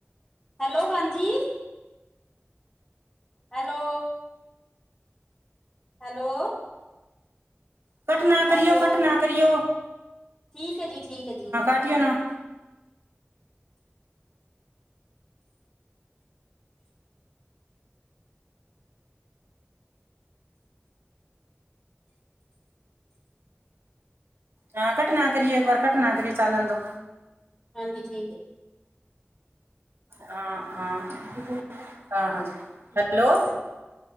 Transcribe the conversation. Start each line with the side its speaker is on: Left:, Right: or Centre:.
Left: ਹੈਲੋ ਹਾਂਜੀ- ਹੈਲੋ ਹੈਲੋ
Right: ਕੱਟ ਨਾ
Left: ਹੈਲੋ,
Right: ਕਰੀਓ-ਕੱਟ ਨਾ ਕਰੀਓ।
Left: ਠੀਕ ਹੈ ਜੀ, ਠੀਕ ਹੈ ਜੀ।
Right: ਕਟੀੳ ਨਾ। ਹਾਂ ਕਟ ਨਾ ਕਰੀਏ ਇੱਕ ਵਾਰ ਹਨ ਨਾ ਕਰੀਓ ਚਾਲਣ ਦੋ‌।
Left: ਹਾਂਜੀ ਠੀਕ ਏ।
Right: ਹਾਂ-ਹਾਂ-ਹਾਂ-ਹਾਂ ਜ ਹੈਲੋ-